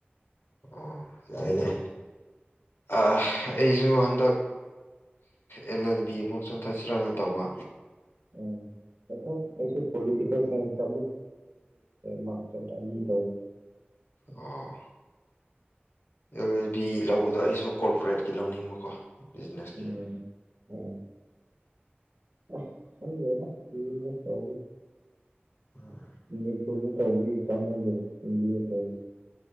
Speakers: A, on the left (about 85°); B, on the right (about 65°).
A: ꯑꯣ ꯌꯥꯅꯦ ꯑꯩꯁꯨ ꯍꯟꯗꯛ ꯑꯦꯜ ꯑꯦꯜ ꯕꯤ ꯑꯃꯨꯛ ꯆꯣꯠꯊꯁꯤꯔꯅ ꯇꯧꯕ
B: ꯎꯝ ꯑ ꯑꯩꯁꯨ ꯄꯣꯂꯤꯇꯀꯦꯜ ꯁꯥꯏꯟꯁꯨꯛꯇ ꯃꯥꯔ <inaudible>
A: ꯑꯥ ꯚ ꯂꯧꯕꯗꯣ ꯑꯩꯁꯨ ꯀꯣꯔꯄꯣꯔꯦꯠꯀꯤ ꯂꯧꯅꯤꯡꯕꯀꯣ ꯕꯤꯖꯤꯅꯦꯁꯀꯤ
B: ꯎꯝ ꯍ ꯁ ꯐꯪꯒꯦ ꯃꯁ
A: ꯎꯝ
B: ꯃꯅꯤꯄꯨꯔꯕꯨ ꯇꯧꯋꯤ ꯇꯅꯣꯕꯨꯗ ꯍꯤꯟꯗꯤꯕꯨ ꯇꯧꯋꯤ